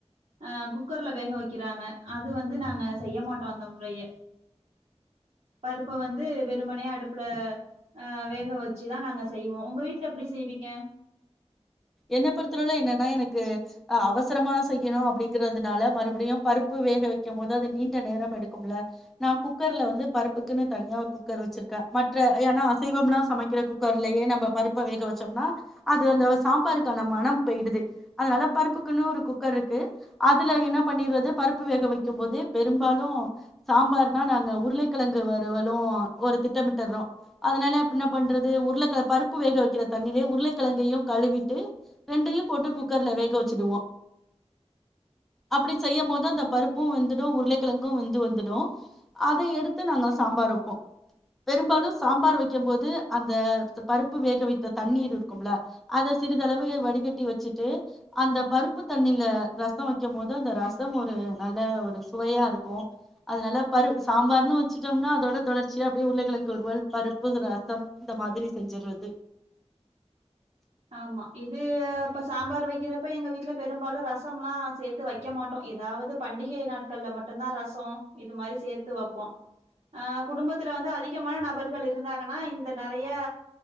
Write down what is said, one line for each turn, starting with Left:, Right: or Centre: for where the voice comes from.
Right: ஆ குக்கர்ல வேக வைக்கிறாங்க அது வந்து நாங்க செய்ய மாட்டோ அந்த முறைய பருப்ப வந்து வெறுமனை அடுப்புல ஆ வேக வச்சுதா நாங்க செய்வோ உங்க வீட்டுல எப்டி செய்வீங்க
Centre: என்ன பொறுத்தளவுல என்னன்னா எனக்கு அ அவசரமா செய்யணு அப்டிங்கறதுனால மறுபடியு பருப்பு வேக வைக்கும் போது அது நீண்ட நேரம் எடுக்கும்ல நா குக்கர்ல வந்து பருப்புக்குன்னு தனியா ஒரு குக்கர் வச்சிருக்கேன் மற்ற ஏன்னா அசைவம்ல்லா சமைக்கிற குக் குக்கர்லயே நம்ம பருப்ப வேக வச்சம்னா அது அந்த சாம்பாருக்கான மணம் போயி்டுது அதனால பருப்புக்குன்னு ஒரு குக்கர் இருக்கு அதுல என்ன பண்ணிரது பருப்பு வேக வைக்கும் போது பெரும்பாலு சாம்பார்னா நாங்க உருளைக்கிழங்கு வருவலும் ஒரு திட்டமிட்டறோ அதனாலப் என்ன பண்றது உருளக்கிழ பருப்பு வேக வைக்கிற தண்ணீலே உருளக்கிழங்கையு கழுவிட்டு ரெண்டையு போட்டு குக்கர்ல வேக வச்சுடுவோ அப்டி செய்யும் போது அந்த பருப்பு வெந்துடு உருளைக்கிழங்கு வெந்து வந்துடும் அத எடுத்து நாங்க சாம்பார் வப்போ பெரும்பாலு சாம்பார் வைக்க போது அந்த பருப்பு வேக வைத்த தண்ணீர் இருக்கும்ல அத சிறிதளவு வடிகட்டி வச்சுட்டு அந்த பருப்பு தண்ணில ரச வைக்கும் போது அந்த ரசம் ஒரு நல்ல ஒரு சுவையா இருக்கு அதனால பரு சாம்பார்ன்னு வச்சுட்டோம்னா அதோட தொடர்ச்சியா அப்டியே உருளக்கிழங்கு வறுவல் பருப்பு ரசம் இந்த மாதிரி செஞ்சுர்றது
Right: ஆம்மா இது அப்ப சாம்பார் வைக்கிறப்ப எங்க வீட்ல பெரும்பாலு ரசம்லா சேத்து வைக்க மாட்டோ ஏதாவது பண்டிகை நாட்கள்ல மட்டுதா ரசோ இது மாரி சேத்து வப்போ அ குடும்பத்துல வந்து அதிகமான நபர்கள் இருந்தாங்கனா இந்த நெறையா